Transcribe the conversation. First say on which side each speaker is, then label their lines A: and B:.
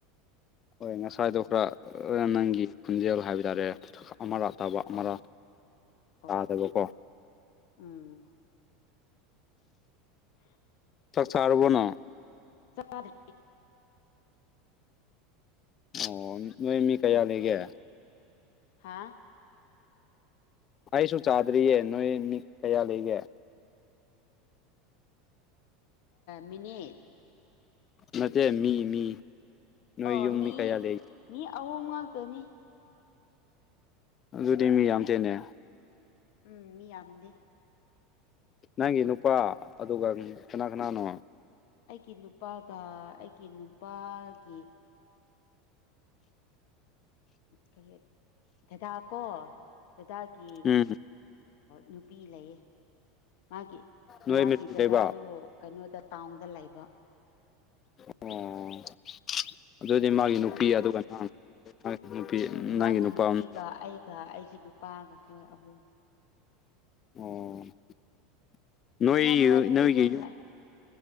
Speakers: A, on the left; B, on the left.
A: ꯍꯣꯏ ꯉꯁꯥꯏꯗꯣ
B: ꯂꯩ
A: ꯈꯔ ꯅꯪꯒꯤ ꯈꯣꯟꯖꯦꯜ ꯍꯥꯏꯕ ꯇꯥꯔꯦ ꯑꯃꯥ ꯑ ꯇꯥꯕ
B: ꯑꯣ
A: ꯑꯃꯔꯥ
B: ꯑꯣ
A: ꯇꯥꯗꯕꯣ ꯀꯣ
B: ꯎꯝ ꯍ
A: ꯇꯛꯆꯥꯥꯔꯕꯅ
B: ꯆꯗ
A: ꯑꯣ ꯅꯣꯏ ꯃꯤ ꯀꯌꯥ
B: ꯅꯪꯒꯦ
A: ꯂꯩꯒꯦ
B: ꯍꯥ
A: ꯑꯩꯁꯨ ꯆꯥꯗ꯭ꯔꯤꯌꯦ ꯅꯣꯏ ꯃꯤ ꯀꯌꯥ ꯂꯩꯒꯦ
B: ꯃꯤꯅꯤꯠ
A: ꯅꯠꯇꯦ ꯃꯤ ꯃꯤ ꯅꯣꯏ
B: ꯑ
A: ꯌꯨꯝ
B: ꯃꯤ
A: ꯀꯌꯥ ꯂꯩ
B: ꯃꯤ ꯑꯍꯨꯝ ꯉꯥꯛꯇꯅꯤ
A: ꯑꯗꯨꯗꯤ ꯃꯤ ꯌꯥꯝ ꯊꯦꯟꯅꯩ
B: ꯎꯝ ꯃꯤ ꯌꯥꯝꯗꯦ
A: ꯅꯪꯒꯤ ꯅꯨꯄꯥ ꯑꯗꯨꯒ ꯀꯅꯥ ꯀꯅꯥꯅꯣ
B: ꯑꯩꯒꯤ ꯅꯨꯄꯥꯒ ꯑꯩꯒꯤ ꯅꯨꯄꯥꯒꯤ ꯀꯔꯤꯦꯠ ꯗꯗꯥꯀꯣ ꯗꯗꯥꯒꯤ
A: ꯎꯝ
B: ꯅꯨꯄꯤ ꯂꯩꯌꯦ ꯃꯥꯒꯤ
A: ꯅꯣꯏ
B: ꯃꯥꯒꯤ
A: ꯃꯔꯤ
B: ꯗꯗꯥꯗꯣ
A: ꯂꯩꯕ
B: ꯀꯩꯅꯣꯗ ꯇꯥꯎꯟꯗ ꯂꯩꯕ
A: ꯑꯣ ꯑꯗꯨꯗꯤ
B: ꯑꯗꯨ
A: ꯃꯥꯒꯤ
B: ꯑꯩꯈꯣꯏ
A: ꯅꯨꯄꯤ
B: ꯑꯍꯨꯝ
A: ꯑꯗꯨꯒ
B: ꯉꯥꯛꯇ ꯂꯩ
A: ꯅꯒꯤ ꯅꯨꯄꯤ
B: ꯎꯝ
A: ꯅꯪꯒꯤ
B: ꯃꯥꯒꯤ
A: ꯅꯨꯄꯥ
B: ꯅꯨꯄꯤꯒ
A: ꯑꯃ
B: ꯑꯩꯒ ꯑꯩꯒꯤ ꯅꯨꯄꯥꯒ ꯍꯣꯏ ꯑꯍꯨꯝ
A: ꯑꯣ
B: ꯃꯔꯛ ꯃꯔꯛꯗꯗꯤ
A: ꯅ
B: ꯑꯗꯨꯝ
A: ꯅꯒꯤ
B: ꯂꯥꯛꯑꯦ